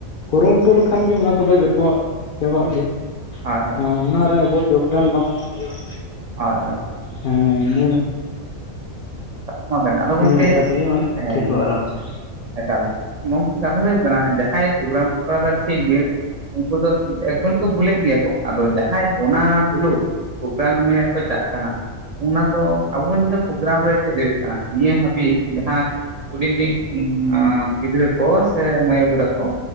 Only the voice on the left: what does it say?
ᱠᱩᱨᱩᱢᱩᱴᱩ ᱞᱮᱠᱷᱟᱱ ᱜᱮ ᱚᱱᱟ ᱠᱚᱫᱚ ᱡᱚᱛᱚᱣᱟᱜ ᱪᱟᱵᱟᱜ ᱜᱮᱭᱟ।
ᱮᱸ ᱚᱱᱟ ᱨᱮ ᱟᱵᱚ ᱡᱳᱜᱽ ᱫᱟᱱ ᱵᱟᱝ ᱮᱢᱚᱜ ᱦᱩᱭᱩᱜ
ᱦᱮᱸ ᱦᱮᱸ
ᱤᱱᱟᱹ ᱞᱮᱠᱟ ᱛᱮᱜᱮ ᱢᱟᱱᱮ
ᱴᱷᱤᱠᱚᱜᱼᱟ ᱟᱨᱟᱢ ᱥᱮ